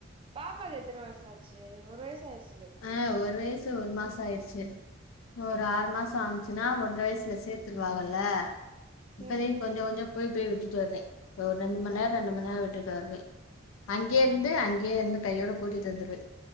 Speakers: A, on the right (about 25°); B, on the left (about 80°).
A: பாப்பாகெத்தன வருஷோ ஆச்சி ஒரு வயசு ஆய்ர்சி
B: ஆ ஒரு வய்சு ஒரு மாசோ ஆய்ர்ச்சி ஒரு ஆறு மாசோ ஆச்சினா ஒன்ற வயசுல சேத்ருவாங்கல்ல இப்போதைக்கு
A: ம் ம்
B: கொஞ்சோ கொஞ்சோ போய் போய் வுட்டுட்டு வருவே இப்ப ஒரு ரெண்டு மண் நேரோ ரெண்டு மண் நேரோ விட்டுடு வருவே அங்கேயிர்ந்து அங்கேயிருந்து கையோட கூட்டிட்டு வந்ருவே